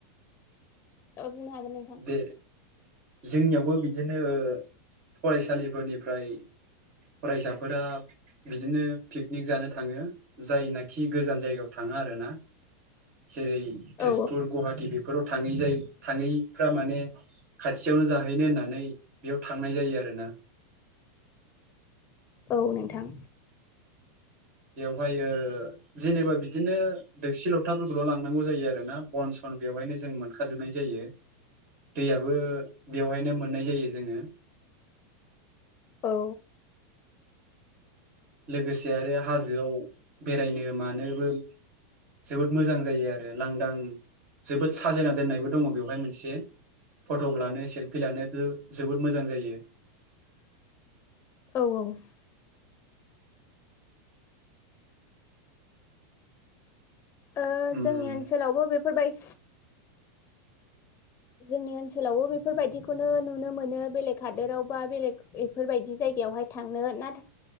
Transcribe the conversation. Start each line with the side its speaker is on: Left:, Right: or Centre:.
Left: ओ बुंनो हागोन नोंथां
Right: दे जोंनियावबो बिदिनो फरायसालिफोरनिफ्राय फरायसाफोरा बिदिनो पिकनिक जानो थाङो जायनाखि गोजान जायगायाव थाङा आरोना जेरै तेजपुर
Left: औ
Right: गुवाहाटि बेफोराव थाङै जाय थाङै फ्रा माने खाथियावनो जाहैनो होननानै बेयाव थांनाय जायो आरोना
Left: औ नोंथां
Right: बेवहाय ओ जेनेबा बिदिनो दोगसि लथाफोरखौल' लांनांगौ जायो आरोना बन सन बेवहायनो जों मोनखाजोबनाय जायो दैयाबो बेवहायनो मोननाय जायो जोङो
Left: औ
Right: लोगोसे आरो हाजोआव बेरायनो मानोबो जोबोद मोजां जायो आरो लांदां जोबोद साजायना दोननायबो दङ बेवहाय मोनसे फट'क लानो सेल्फि लानो दो जोबोद मोजां जायो
Left: औ ओ ओ
Right: उम
Left: जोंनि ओनसोलावबो बेफोरबाय जोंनि ओनसोलावबो बेफोरबायदिखौनो नुनो मोनो बेलेग हादोराव बा बेलेग एफोरबायदि जायगायावहाय थांनो नाथा